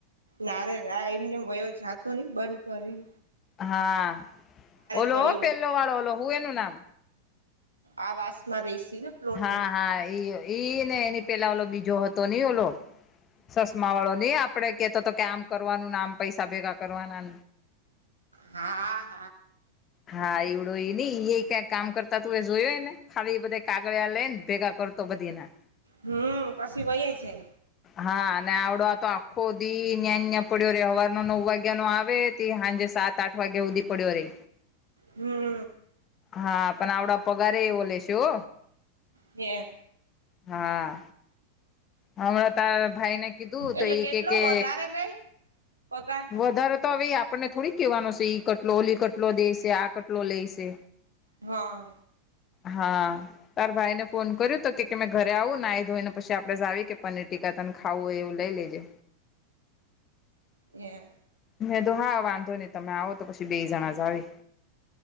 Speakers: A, on the right; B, on the left.
A: નારે ના એમને વયો જાતો નહીં બંધ કરી
B: હા ઓલો
A: ઘડીએ
B: પહેલો વાળો ઓલો હું એનું નામ
A: આ વાસ માં રેસી ને પ્લોટ
B: હા હા ઈ ઈ ને એની પેલા ઓલો બીજો હતો નઈ ઓલો ચસમા વાળો ની આપડે કેતો તો કે આમ કરવાનું ને આમ પૈસા ભેગા કરવાના
A: હા હા
B: હા એવડો એ નઈ એ કાય કામ કરતા તું એ જોયો ને ખાલી બધે કાગળિયા લઈ ને ભેગા કર તો બંધ ઇના
A: હમ પછી વ્યો જાય
B: હા અને આવડો આ તો આખો દિ ન્યા પડ્યો રવવાર નો નવ વાગ્યા નો આવે સાંજે સાત આઠ વાગ્યા ઉદી પડ્યો રે
A: હમ
B: હા પણ આ આવડા પગારે એ ઓલે હો
A: હે
B: હા હરા તા ભાઈને કીધું
A: એટલે
B: તો ઈ
A: કેટલો
B: કે કે
A: વધારે નઈ પગાર
B: વધારે તો હવે આપણને થોડીક કેહેવાનો છે ઈ કટલો ઓલી કટલો દેશે આ કટલો લેશે
A: હા
B: હા તાર ભાઈ ને ફોન કર્યું તો કે મેં ઘરે આવું ને આ ધોઈ ને પછી આપડે જાવી કે પનીર ટી કતન ખાવું હો એવું લઈ લેજે
A: એ
B: મેં તો હા વાંધો નહી તમે આવો તો પછી બે જણા જાવી